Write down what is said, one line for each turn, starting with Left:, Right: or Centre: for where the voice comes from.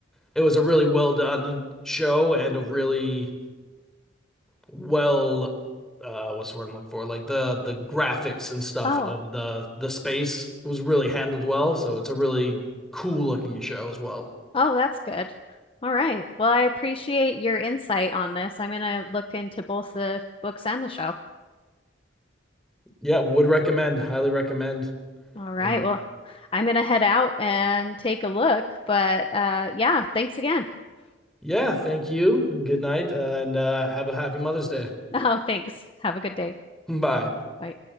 Centre: it was a really well done show and a really well uh what's the word I'm looking for? Like the the graphics and stuff
Left: Oh,
Centre: of the the space was really handled well, so it's a really cool looking show as well.
Left: oh, that's good. All right. Well, I appreciate your insight on this. I'm going to look into both the books and the show.
Centre: Yeah, would recommend, highly recommend.
Left: All right.
Centre: And
Left: Well, I'm gonna head out and take a look, but uh yeah, thanks again. <laughs>
Centre: yeah, thank you. Good night, uh, and uh have a happy Mother's Day.
Left: Oh, thanks. Have a good day.
Centre: Bye.
Left: Bye.